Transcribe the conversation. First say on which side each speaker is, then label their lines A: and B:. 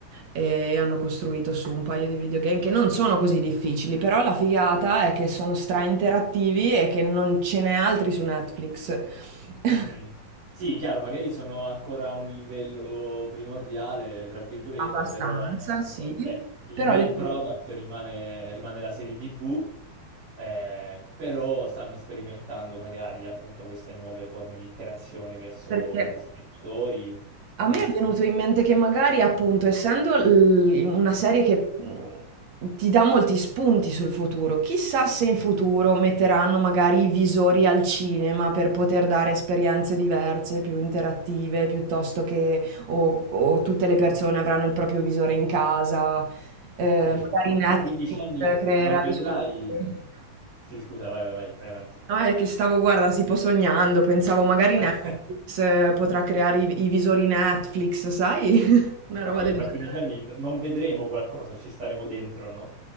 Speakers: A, on the right (about 60°); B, on the right (about 40°).
A: e hanno costruito su un paio di videogame che non sono così difficili, però la figata è che sono stra interattivi e che non ce n'è altri su Netflix. <laughs>
B: Mhm. Sì, chiaro, magari sono ancora a un livello primordiale, tra virgolette,
A: Abbastanza,
B: però appunto,
A: sì,
B: eh, il
A: però
B: main
A: lì
B: product rimane, rimane la serie TV, eh, però stanno sperimentando magari appunto queste nuove forme di interazione verso
A: Perché
B: gli spettatori.
A: a
B: Mm.
A: me è venuto in mente che magari, appunto, essendo l- una serie che mh, ti dà molti spunti sul futuro, chissà se in futuro metteranno magari i visori al cinema per poter dare esperienze diverse, più interattive, piuttosto che o, o tutte le persone avranno il proprio visore in casa, eh,
B: Quindi, su-
A: magari Netflix
B: Tra 15 anni
A: creerà
B: non vedrai...
A: i suoi visori.
B: Sì, scusa, vai, vai, vai, vai avanti.
A: No, è che stavo, guarda, tipo sognando, pensavo magari
B: <laughs>
A: Netflix eh, potrà creare i, i visori Netflix, sai? <laughs> Una roba
B: Sì,
A: del
B: Fra
A: genere.
B: 15 anni n- non vedremo qualcosa, ci staremo dentro, no?